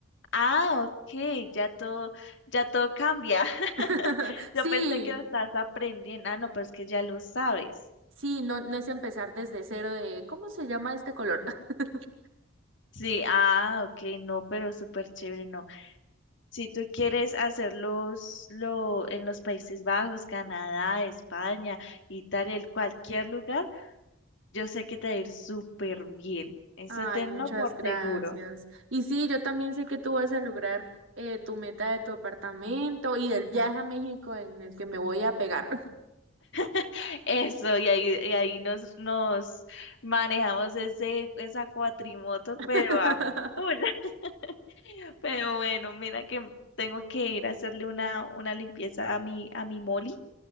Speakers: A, on the left; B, on the right.
A: ah, ok, ya todo, ya todo cambia. <laughs>
B: <laughs> Sí,
A: Yo pensé que lo estabas aprendiendo. Ah, no, pero es que ya lo sabes.
B: sí, no, no es empezar desde cero de, ¿cómo se llama este color? <laughs>
A: Sí, ah, ok, no, pero súper chévere, no. Si tú quieres hacerlos lo, en los Países Bajos, Canadá, España, Italia, en cualquier lugar, yo sé que te va a ir súper bien. Eso
B: Ay,
A: tenlo
B: muchas
A: por
B: gracias.
A: seguro.
B: Y sí, yo también sé que tú vas a lograr eh, tu meta de tu apartamento y del viaje a México en el que me voy a pegar.
A: <laughs> Eso, y ahí, y ahí nos, nos manejamos ese, esa cuatrimoto, pero
B: <laughs>
A: a full. <laughs> Pero bueno, mira que tengo que ir a hacerle una, una limpieza a mi, a mi Molly,